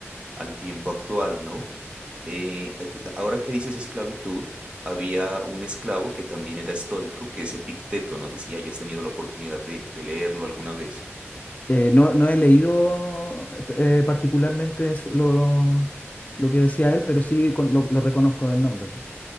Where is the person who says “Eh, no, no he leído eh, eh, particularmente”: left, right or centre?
Left